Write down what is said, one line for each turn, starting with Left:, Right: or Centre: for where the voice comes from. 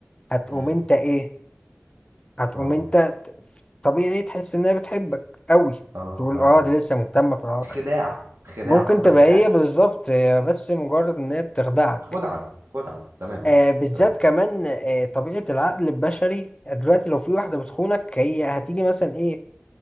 Left: هتقوم
Right: مم.
Left: انت ايه هتقوم
Right: اه
Left: انت ت- طبيعي تحس انها بتحبك قوي
Right: اه
Left: تقول
Right: اه
Left: اه دي لسه مهتمة في العلاقة
Right: خداع خداع
Left: ممكن
Right: قصدك
Left: تبقى
Right: خداع
Left: هي بالظبط هي بس مجرد ان هي بتخدعك
Right: خدعة خدعة تمام
Left: آه بالذات
Right: طيب
Left: كمان آه طبيعة العقل البشري دلوقتي لو في واحدة بتخونك هي هتيجي مثلا ايه